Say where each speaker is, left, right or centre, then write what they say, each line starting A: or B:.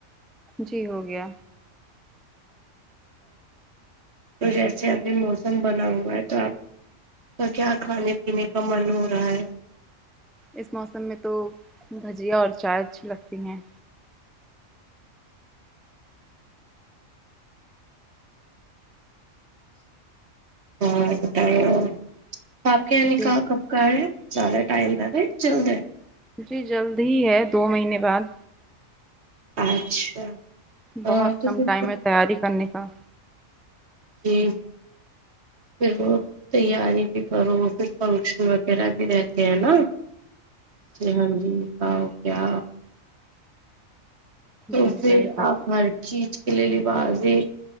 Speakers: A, in the centre; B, on the right.
A: جی ہو گیا
B: تو جیسے ابھی موسم بنا ہوا ہے تو آپ تو کیا کھانے پینے کا من ہو رہا ہے
A: اس موسم میں تو بھجیا اور چائے اچھی لگتی ہیں
B: اور بتایو آپ کے یہاں
A: جی
B: نکہا کب کہاں ہے زیادہ ٹائم ہے ر جلد ہے
A: جی جلد ہی ہے دو مہینے بعد
B: اچھا ہاں
A: بہت
B: تو
A: کم
B: پھر
A: ٹائم ہے تیاری کرنے کا
B: جی پھر وہ تیاری بھی کرو اور پھر فنکشن وغیرہ بھی رہتے ہیں نا جی ہاں جی ہ کیا تو
A: جی
B: پھر
A: صحیح تھا
B: آپ ہر چیز کے لیے لبازیں